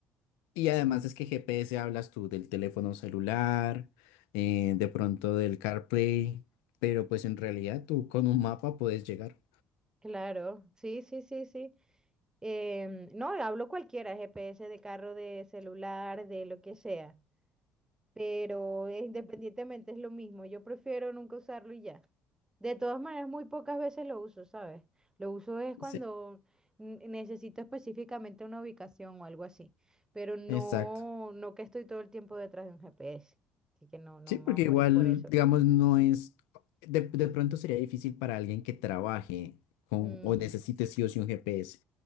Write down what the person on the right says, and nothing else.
Claro, sí, sí, sí, sí. Em, no, hablo cualquiera, GPS de carro, de celular, de lo que sea, pero eh, independientemente es lo mismo, yo prefiero nunca usarlo y ya. De todas maneras, muy pocas veces lo uso, ¿sabes? Lo uso es cuando
n- necesito específicamente una ubicación o algo así, pero no,
no que estoy todo el tiempo detrás de un GPS, así que no, no
me
voy a morir
por eso.
Mm,